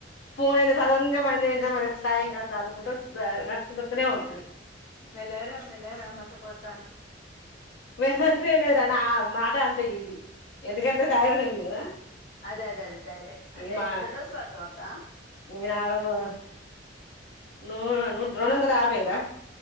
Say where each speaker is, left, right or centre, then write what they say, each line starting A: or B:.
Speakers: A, on the left (about 85°); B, on the left (about 65°).
A: ఫోన్ అయి సడన్ గా బంద అందా మ ఎట్లాం కదా అనుకుంటూ నడుచస్తనే ఉంటుంది
B: మెల్లగరా మెల్లగరా మోసపోతాను
A: వస్తే లేదాని ఆ మాట అంతే ఇది ఎందుకంటే తైరాయిడ్ ఉంది కదా
B: అదే అదేదే ధైర్యయం అంటే
A: ఈ మా
B: ఎంత డోస్ పడుతా త
A: నేను ఆరను నూ న రూం వందల యాభైద